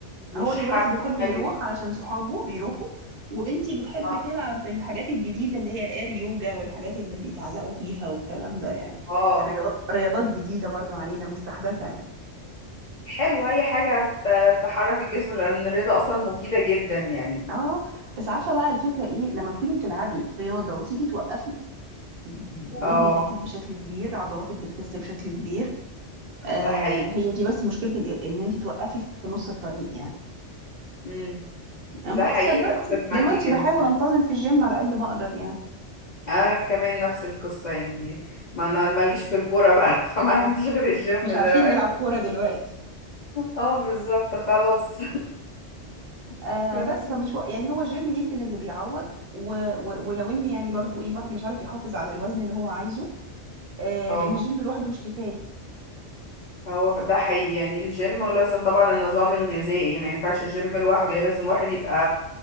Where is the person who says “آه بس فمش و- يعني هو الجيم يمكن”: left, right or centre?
Right